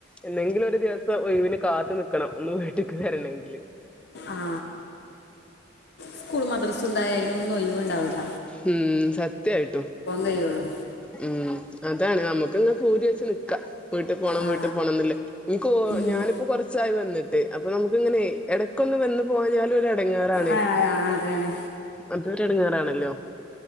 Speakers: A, in the centre; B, on the left (about 55°).
A: എന്നെങ്കിലും ഒര് ദിവസം ഒഴിവിന് കാത്തു നിക്കണം ഒന്ന് വീട്ടാക്ക് വരണെങ്കില്
B: ആ സ്കൂളും മദ്രസുണ്ടായ അയിനൊന്നും ഒയിവുണ്ടാവൂല്ല
A: മ്മ് സത്യായിട്ടും
B: കഴിയുള്ളൂ
A: മ്മ് അതാണ് അമ്മക്ക്ങ്ങനെ പൂതി വെച്ച് നിക്കാ വീട്ട് പോണം
B: ആ
A: വീട്ട് പോണം ന്ന്ല്ലേ ഇൻക്കോ
B: ഉം.
A: ഞാനിപ്പം കൊർച്ചായി വന്നിട്ട് അപ്പൊ നമുക്ക്ങ്ങനെ എടക്കൊന്ന് വന്ന് പോയാഞ്ഞാലും ഒരെടങ്ങാറാണെ
B: ആ ആ, അതാണ്
A: അതൊരു ഇടങ്ങാറാണല്ലോ